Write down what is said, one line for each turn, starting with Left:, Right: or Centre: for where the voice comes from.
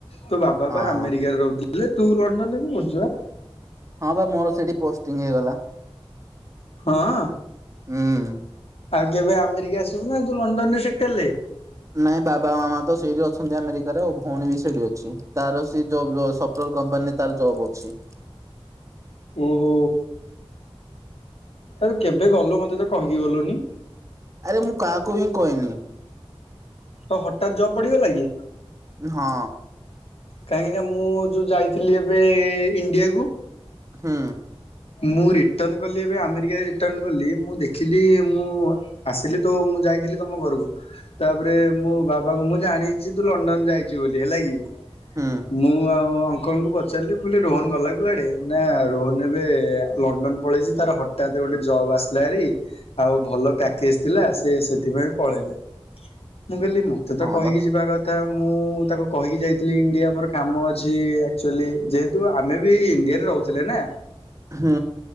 Left: ତୋ ବାବା
Right: ହଁ।
Left: ପା ଆମେରିକାରେ ରହୁଥିଲେ ତୁ ଲଣ୍ଡନରେ କରୁଚୁବା।
Right: ହଁ ବା ମୋର ସେଇଠି ପୋଷ୍ଟିଂ ହେଇଗଲା
Left: ହଁ।
Right: ହୁଁ।
Left: ଆଉ କେବେ ଆମେରିକା ଆସିବୁ ନା ତୁ ଲଣ୍ଡନ ରେ ସେପଟେ ହେଲେ।
Right: ନାଇଁ ବାବା ମାମା ତ ସେଇଠି ଅଛନ୍ତି ଆମେରିକାରେ ଭଉଣୀ ବି ସେଇଠି ଅଛି। ତାର ସେ ଯୋଉ ସ ଟ୍ରୋଲ କମ୍ପାନୀରେ ତାର ଜବ୍ ଅଛି।
Left: ଓହୋ ଆରେ କେବେ ଗଲୁ ମତେ ତ କହିକି ଗଲୁନି।
Right: ଆରେ ମୁଁ କାହାକୁ ହିଁ କହିନି।
Left: ହଁ ହଠାତ୍ ଯବ ପଡି ଗଲାକିି।
Right: ହଁ।
Left: କାହିଁକି ନା ମୁଁ ଯୋଉଁ ଯାଇଥିଲି ଏବେ ଇଣ୍ଡିଆକୁ।
Right: ହୁଁ।
Left: ମୁଁ ରିଟର୍ଣ କଲି ଏବେ ଆମେରିକ ରିଟର୍ଣ କଲି ମୁଁ ଦେଖିଲି ମୁଁ ଆସିଲି ତ ମୁଁ ଯାଇଥିଲି। ତମ ଘରକୁ ତାପରେ ମୁଁ ବାବାଙ୍କୁ ମୁଁ ଜାଣିଛି ତୁ ଲଣ୍ଡନ ଯାଇଛୁ ବୋଲି ହେଲା କି?
Right: ହୁଁ।
Left: ମୁଁ ଆଉ ଅଙ୍କଲଙ୍କୁ ପଚାରିଲି ମୁଁ କହିଲି ରୋହନ ଗଲା କୁଆଡେ ନା ରୋହନ ଏବେ ଲଣ୍ଡନ ପଳେଇଛି ତାର ହଠାତ ଗୋଟେ ଜବ୍ ଆସିଲା ହାରି। ଆଉ ଭଲ ପ୍ୟାକେଜ ଥିଲା ସେ ସେଥିପାଇଁ ପଳେଇଲା। ମୁଁ କହିଲି ମ ତେ ତ
Right: ହଁ
Left: କହିକି
Right: ବା
Left: ଯିବା କଥା। ଥା ମୁଁ ତାକୁ କହିକି ଯାଇଥିଲି ଇଣ୍ଡିଆ ମୋର କାମ ଅଛି ଆକ୍ଚୁଆଲି ଯେହେତୁ ଆମେ ବି ଇଣ୍ଡିଆରେ ରହୁ ଥିଲେ ନା।
Right: ହୁଁ।